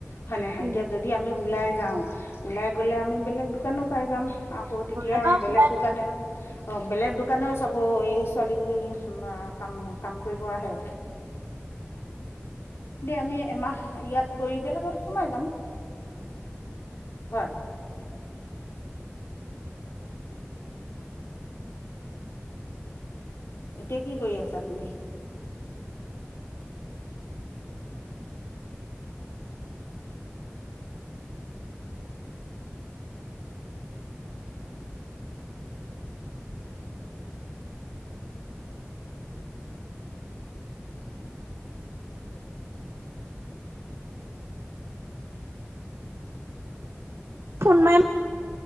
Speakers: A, on the left; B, on the right.
A: হয় নে নহয়?
B: উম
A: এতিয়া যদি আমি ওলাই যাওঁ ওলাই গ'লে আমি বেলেগ দোকানো পাই যাম। আকৌ তেতিয়া
B: এবাৰ
A: বেলেগ
B: ওলাই
A: দোকানে অ বেলেগ দোকানেও দোকানেও চাব এই ছোৱালীকেইজনী কাম কাম কৰিব আহে আমি এমাহ ইয়াত কৰি বেলেগত সোমাই যাম। হয় এতিয়া কি কৰি আছা তুমি?
B: ফোন মাৰিম।